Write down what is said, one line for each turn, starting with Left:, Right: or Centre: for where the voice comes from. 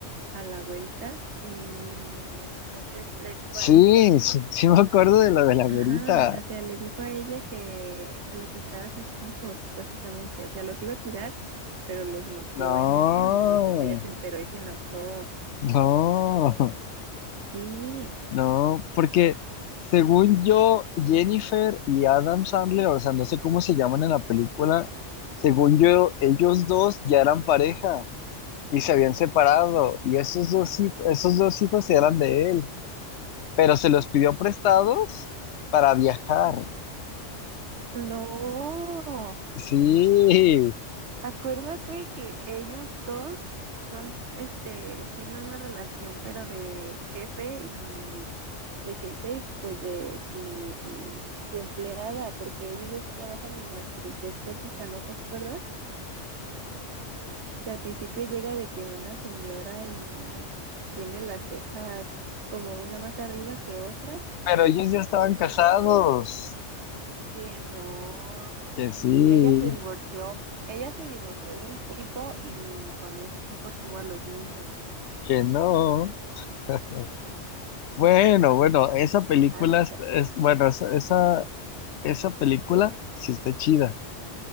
Right: a la güerita y entonces le dijo
Left: Sí,
Right: a ella
Left: sí, <laughs> sí me acuerdo de lo de la güerita.
Right: Ajá, o sea, le dijo a ella que, que le prestara a sus hijos, básicamente. O sea, los iba a cuidar, pero los metió
Left: No,
Right: en eso, entonces ella se enteró y se enojó.
Left: no,
Right: Sí,
Left: no, porque según yo, Jennifer y Adam Sandler, o sea, no sé cómo se llaman en la película, según yo, ellos dos ya eran pareja y se habían separado y esos dos, hij- esos dos hijos eran de él. pero se los pidió prestados para viajar.
Right: No,
Left: Sí,
Right: acuérdate que ellos dos son, este, tienen una relación, pero de jefe y de jefe y pues de su, su empleada, porque ellos dos trabajan en la cirugía estética, ¿no te acuerdas? que al principio llega de que una señora y tiene las cejas como una más arriba que otras
Left: pero ellos ya estaban casados.
Right: que no,
Left: Que sí,
Right: ella se divorció, ella se divorció de un tipo y con ese tipo tuvo a los niños.
Left: que no. <laughs> Bueno, bueno, esa película
Right: Ay, muchacho.
Left: es, es- bueno, esa, esa esa película sí está chida.